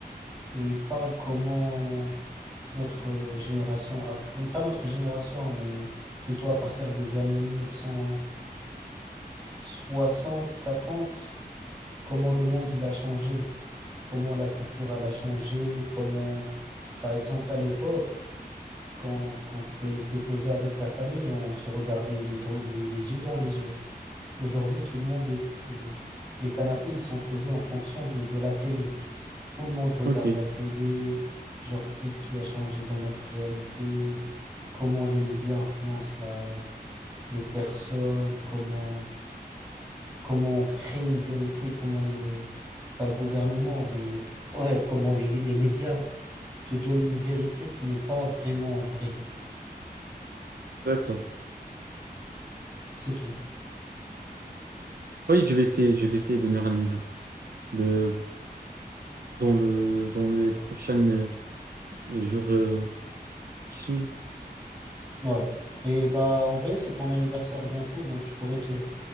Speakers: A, on the right; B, on the right.
A: Et il parle comment notre génération, ap- pas notre génération, mais plutôt à partir des années mille neuf cent soixante cinquante comment le monde il a changé, comment la culture elle a changé, comment, par exemple, à l'époque. quand, quand t'es, t'es posé avec ta famille, on se regardait les, dro- les, les yeux dans les yeux. Aujourd'hui, tout le monde est, le- les canapés, ils sont posés en fonction de, de la télé. Tout le monde regarde
B: Ok.
A: la télé, genre qu'est-ce qui a changé dans notre réalité, comment les médias influencent la, les personnes, comment, comment créer une vérité, comment le, pas le gouvernement, mais ouais, comment les, les médias te donnent une vérité qui n'est pas vraiment vraie.
B: D'accord.
A: C'est tout.
B: Oui, je vais essayer, je vais essayer de lire un livre. Le, dans le, dans les prochaines, Le jour euh, qui suit.
A: Ouais. Et bah en vrai, c'est ton anniversaire bientôt, donc je pourrais te